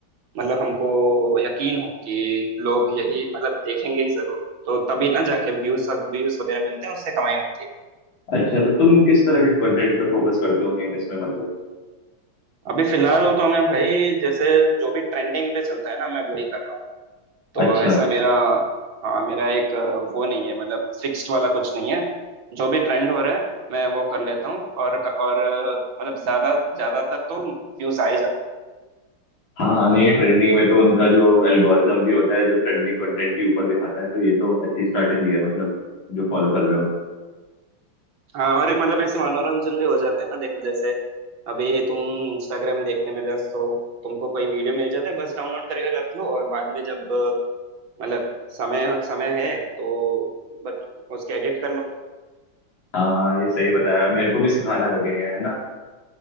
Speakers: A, on the right; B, on the left.
A: मतलब हमको यकीन हो कि लोग यही मतलब देखेंगे ही जरूर तो तभी ना जाके व्यूज व्यूज वगैरह मिलते हैं उससे कमाई होती है
B: अच्छा तो तुम किस तरह के कंटेंट पे फोकस करते हो मेन इसमें मतलब
A: अभी फिलहाल तो मैं भाई जैसे जो भी ट्रेंडिंग पे चलता है ना मैं वही कर रहा हूँ तो
B: अच्छा
A: ऐसा मेरा हाँ मेरा एक अ, वो नहीं है मतलब फिक्स्ड वाला कुछ नहीं है जो भी ट्रेंड हो रहा है मैं वो कर लेता हूँ और और अ, मतलब ज्यादा ज्यादातर तो व्यूज आ ही जाते हैं
B: हाँ हाँ नहीं ट्रेंडिंग में तो उनका जो एल्गोरिदम भी होता है जो ट्रेंडिंग कंटेंट ही ऊपर दिखाता है तो ये तो अच्छी स्ट्रैटेजी है मतलब जो फॉलो कर रहे हो
A: हाँ और ये मतलब ऐसे मनोरंजन भी हो जाता है ना देखो जैसे अभी तुम इंस्टाग्राम देखने में व्यस्त हो तुमको कोई वीडियो मिल जाता है बस डाउनलोड करके रख लो और बाद में जब अ, मतलब समय समय है तो बट उसके एडिट कर लो
B: हाँ हाँ ये सही बताया मेरे को भी सिखाना लेकिन ये है ना